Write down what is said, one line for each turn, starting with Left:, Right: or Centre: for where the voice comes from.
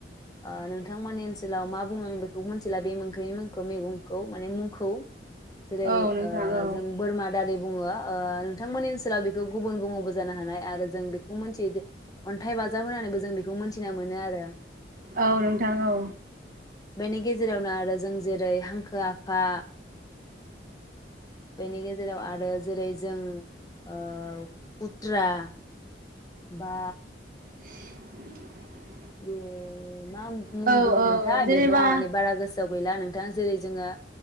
Left: ओ नोंथांमोननि ओनसोलाव मा बुङो आं बेखौ मिथिला बे ओख्रैनि मुंखौ मैगंखौ माने मुंखौ जेरै
Right: औ नोंथां
Left: ओ।
Right: औ
Left: जों बोरमा दारि बुङो ओ। नोंथांमोननि ओनसोलाव बेखौ गुबुन बुङोबो जानो हानाय आरो जों खौ‌ मोनथियो जे अन्थाइ बाजाब होनानैबो जों बेखौ मोनथिना मोनो आरो।
Right: औ नोंथां औ
Left: बेनि गेजेरावनो आरो जों जेरै हांखो आफा बेनि गेजेराव आर रो जेरै जों ओ खुथ्रा बा।
Right: <inaudible>
Left: ए। मा मुं
Right: औ
Left: बुङोमोनथाय
Right: औ जेनेबा
Left: बेखौ आं माने बारा गोस सोआव गैलानों थां जेरै जोंङो